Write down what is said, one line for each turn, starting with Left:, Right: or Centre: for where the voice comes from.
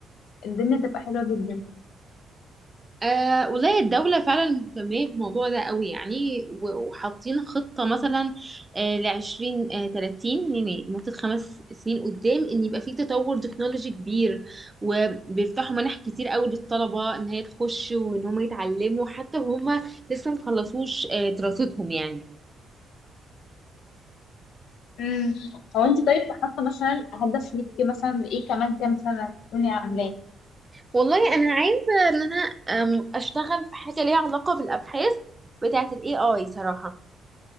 Left: الدنيا تبقى حلوه جدا
Right: أه والله الدولة فعلا مهتمة بالموضوع ده قوي يعني و- وحاطين خطة مثلا أه لعشرين أه تلاتين يعني لمدة خمس سنين قدام إن يبقى في تطور تكنولوجي كبير وبيفتحوا منح كتير قوي للطلبة إن هي تخش وإن هم يتعلموا حتى وهم لسه مخلصوش أه دراستهم يعني
Left: امم هو انت طيب حاطه مثلا هدف ليكي مثلا ايه كمان كام سنه تكوني عاملاه
Right: والله أنا عايزة إن أنا آم، أشتغل في حاجة ليها علاقة بالأبحاث بتاعة ال AI صراحة